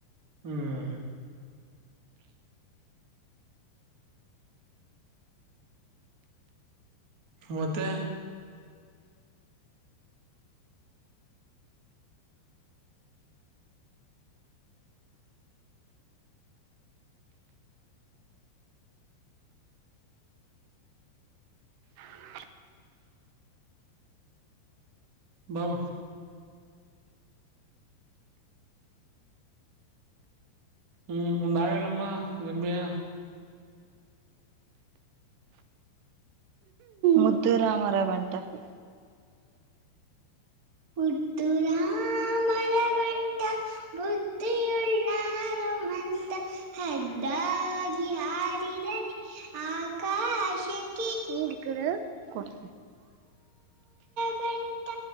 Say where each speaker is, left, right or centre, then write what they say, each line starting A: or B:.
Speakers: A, on the right (about 55°); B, on the right (about 75°).
A: ಹ್ಮ್ ಮತ್ತೆ
B: <inaudible>
A: ಬಹ ಹ್ಮ್ ದಾಳಲ್ಲಮ್ಮ ಗಮ್ಯಾ
B: ಮುದ್ದುರಾಮರ ಬಂಟ <inaudible>
A: ಹುಡ್್ದರಾಮ ಬರ ಬಂಟ ಬುದ್ಧಿಯುಳ್ಳ ಹನುಮಂತ ಹದ್ದಾಗಿ ಹಾರಿದನ ಆಕಾಶಕ್ಕೆ
B: ನೀಕ್ರ ಕೊಡ್
A: ಂತ